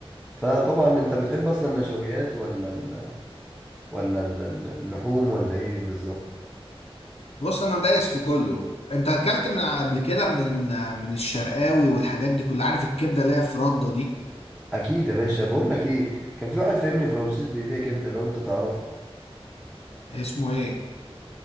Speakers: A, in the centre; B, on the left.
A: فطبعا انت بتحب اصلا النشويات ولا ال... ولا ال- ال- اللحوم ولا ايه بالظبط
B: بص انا دايس في كله انت اكلت من قبل كده من من الشرقاوي والحاجات دي كلها عارف الكبده اللي هي في رده دي
A: اكيد يا باشا بقول لك ايه كان في واحد فاهمني في رمسيس بيبيع كبدة لو انت تعرفه
B: اسمه ايه